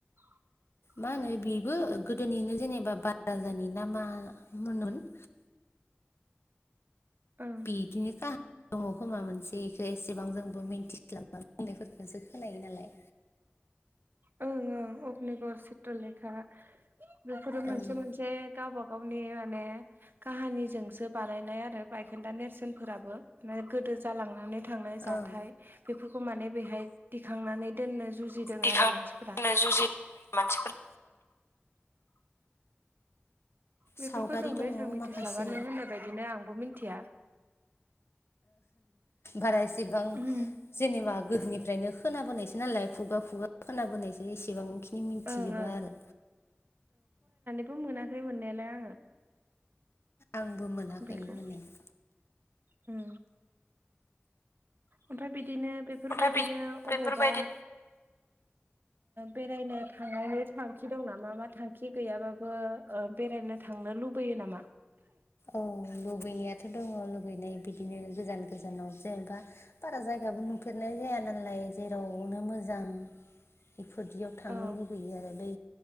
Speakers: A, on the right; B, on the left.
A: <inaudible>
B: मा होनो बेबो गोदोनिनो जेनेबा बानराजानि नामा उन मोन
A: अ
B: बिदिनो खा दङ खोमा मोनसे बेखौ एसेबां जोंबो मिन्थिस्लाबबा बुंनायफोरखौसो खोनायो नालाय
A: ओं ओं अग्निगर चित्रलेखा बेफोरो मोनसे
B: ओं
A: मोनसे गाबा गावनि माने काहानिजोंसो बानायनाय आरो बायखोन्दा नेरसोनफोराबो माने‌ गोदो जालांनानै थांनाय जाथाय
B: ओं
A: बेफोरखौ माने बेहाय दिखांनानै दोननो जुजिदों
B: गखांनो
A: आरो मानसिफोरा
B: जुजि मानसिफोर
A: बेफोरखौ
B: सावगारि
A: जोंबो
B: दङ
A: एसेबां मिथिस्लाबा
B: माखासे
A: नों होननाय बादिनो आंबो मिथिया
B: बारायसेबां
A: ओं
B: जेनेबा गोदोनिफ्रायनो खोनाबोनायसो नालाय खुगा खुगा खोनाबोनायजों एसेबांखिनि मिथिजोबा
A: ओं
B: आरो
A: ओहो मोनाखै मोननायालाय आङो
B: आंबो मोनाखै
A: बेखौ
B: मोननाया
A: उम ओमफ्राय बिदिनो बेफोरबायदिनो
B: ओमफ्राय बि बेफोरबायदि
A: अबावबा बेरायनो थांनायनि थांखि दं नामा मा थांखि गैयाबाबो ओ। बेरायनो थांनो लुबैयो नामा?
B: औ लुबैनायाथ' दङ लुबैनाय बिदिनो गोजान गोजानाव जेनेबा बारा जायगाबो नुफेरनाय जाया नालाय जेरावनो मोजां बेफोरदियाव थांनो
A: औ
B: लुुबैयो आरो बै